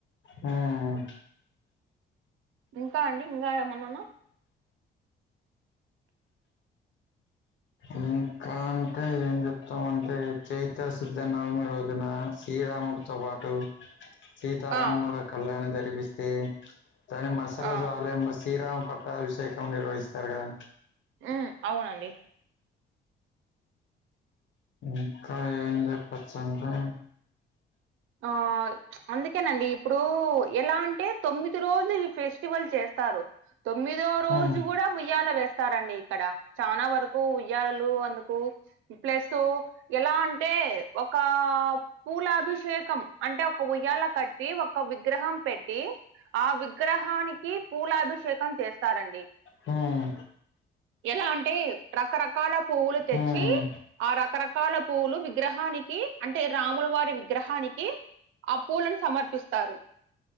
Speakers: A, on the left; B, on the right.
A: హ్మ్
B: ఇంకా అండి ఇంగ ఏమన్నానా
A: ఇంకా అంటే ఏం చెప్ త్తం అంటే చైత్రశుద్ధ నవమి రోజున శ్రీరాముడు తో పాటు సీతారాముల
B: ఆ
A: కళ్యాణం జరిపిస్తే దాని మరుసరోజు
B: ఆ
A: ఆలయం లో శ్రీరామ పట్టాభిషేకం నిర్వహిస్తారు కద
B: ఏ అవునండి
A: ఇంక ఏం చెప్పచ్చంటే
B: ఆ ప్చ్ అందుకేనండి ఇప్పుడు ఎలా అంటే తొమ్మిది రోజులు ఈ ఫెస్టివల్ చేస్తారో తొమ్మిదో రోజు
A: ఉమ్,
B: గూడా ఉయ్యాల వేస్ స్తారండి ఇక్కడ చానా వరకు ఉయ్యాలలు అందుకు ప్లేస్సు ఎలా అంటే ఒక పూలాభిషేక్ కం అంటే ఒక ఉయ్యాల కట్టి ఒక విగ్రహం పెట్టి ఆ విగ్రహానికి పూలాభిషేకం చేస్తారండి
A: హ్మ్
B: ఎలా అంటే రకరకాల పువ్వులు తెచ్చి
A: ఉమ్,
B: ఆ రకరకాల పువ్వులు విగ్రహానికి అంటే రాముల వారి విగ్రహాని కి ఆ పూలను సమర్పిస్తారు